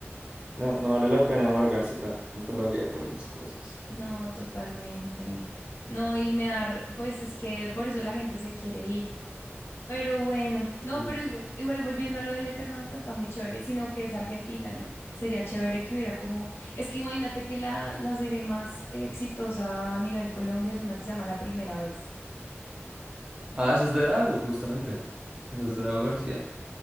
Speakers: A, on the right (about 20°); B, on the left (about 60°).
A: No, no vale la pena amargarse tanto la vida por esas cosas.
B: No, totalmente. No, y me da, r- pues es que por eso la gente se quiere ir. Pero bueno, no,
A: Sí.
B: pero igual, igual volviendo a lo del Eternauta está muy chévere, sino que es Argentina, ¿no? Sería chévere que hubiera como, es que imagínate que la, la serie más exitosa a nivel Colombia es una que se llama La Primera Vez.
A: Ah, esa es de Dago, justamente. Esa es de Dago García.